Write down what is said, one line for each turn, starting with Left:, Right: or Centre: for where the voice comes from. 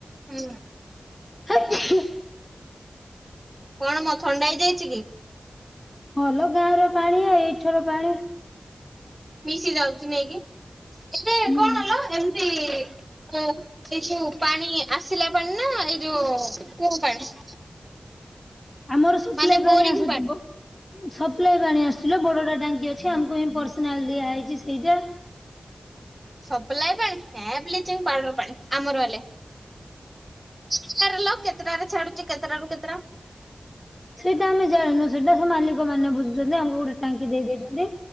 Right: ହୁଁ।
Left: <inaudible>
Right: କଣ ମଁ ଥଣ୍ଡା ହେଇ ଯାଇଛି କି?
Left: ହଁ ଲ ଗାଁର ପାଣି ଆ ଏଇଠିର ପାଣି।
Right: ମିଶି ଯାଉଛି ନାଇଁ କି? ଏ
Left: ହୁଁ।
Right: କଣ ଲୋ? <unintelligible> ଏଇ ଯୋଉ ପାଣି ଆସିଲା ପାଣି ନା ଏଇ ଯୋଉ କୂଅଁ ପାଣି।
Left: ଆମର ସପ୍ଲାଇ
Right: ମାନେ
Left: ପାଣି
Right: ବୋରିଂ
Left: ଆସୁଛି ଵ ସପ୍ଲାଇ ପାଣି ଆସୁଛି ଲୋ ବଡ ବଡ ଟାଙ୍କି <unintelligible> ଆମକୁ ହିଁ ପର୍ସନାଲ ଦିଆ ହେଇଛି ସେଇଟା।
Right: ସପ୍ଲାଏ ପାଣି ହେ ବ୍ଲିଚିଙ୍ଗ ପାଉଡରର ପାଣି ଆମର ହେଲେ କେତେଟାରୁ ଲୋ କେତେଟାରେ ଛାଡୁଛି କେତେଟାରୁ କେତେଟା?
Left: ସେଇଟା ଆମେ ଜାଣିନୁ ସେଇଟା ସେ ମାଲିକ ମାନେ ବୁଝୁଛନ୍ତି ଆମକୁ ଗୋଟେ ଟାଙ୍କି ଦେଇ ଦେଇଛନ୍ତି